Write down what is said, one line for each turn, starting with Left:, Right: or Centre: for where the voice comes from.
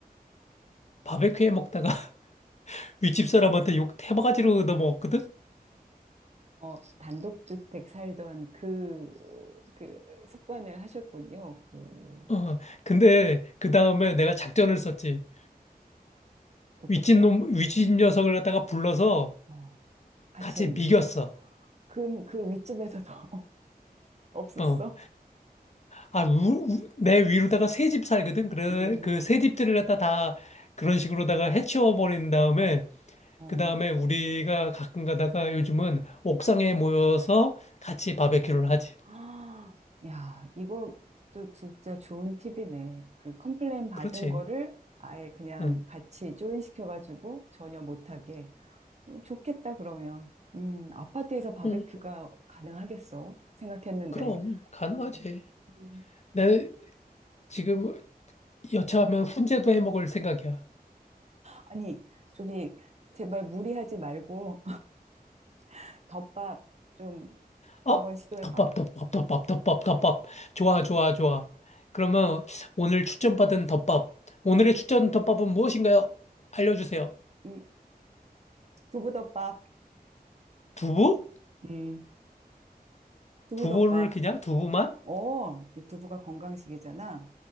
Left: 바베큐 해 먹다가 <laughs> 윗집 사람한테 욕 태바가지로 넘어거든
Right: 어, 단독주택 살던 그, 그 습관을 하셨군요. 오.
Left: 어, 근데 그
Right: 음,
Left: 다음에 내가 작전을 썼지.
Right: 어떻게?
Left: 윗집 놈, 윗집 녀석을 갖다가 불러서
Right: 어, 같이
Left: 같이
Right: 해
Left: 미겼어.
Right: 먹었어. 그, 그 윗집에서 더 <laughs> 없었어?
Left: 어. 아, 우, 우- 내 위로다가 새 집 살거든? 그래,
Right: 음,
Left: 그 새 집들을 갖다 다 그런 식으로다가 해치워 버린 다음에
Right: 어.
Left: 그 다음에 우리가 가끔 가다가 요즘은 옥상에 모여서 같이 바베큐를 하지.
Right: 아, 야, 이것도 진짜 좋은 팁이네. 그 컴플레인 받은
Left: 그렇지.
Right: 거를 아예 그냥
Left: 응.
Right: 같이 조인시켜가지고 전혀 못하게. 어, 좋겠다, 그러면. 음, 아파트에서 바베큐가
Left: 응.
Right: 가능하겠어? 생각했는데.
Left: 그럼 가능하지.
Right: 음, 음.
Left: 내 지금 여차하면 훈제도 해 먹을 생각이야.
Right: 아니, 저기, 제발 무리하지 말고, <laughs> 덮밥 좀 한번
Left: 어?
Right: 시도해봐.
Left: 덮밥, 덮밥, 덮밥, 덮밥, 덮밥. 좋아, 좋아, 좋아. 그러면 오늘 추천받은 덮밥. 오늘의 추천 덮밥은 무엇인가요? 알려주세요.
Right: 음, 두부덮밥.
Left: 두부?
Right: 음, 두부덮밥.
Left: 두부를 그냥 두부만?
Right: 어, 이 두부가 건강식이잖아.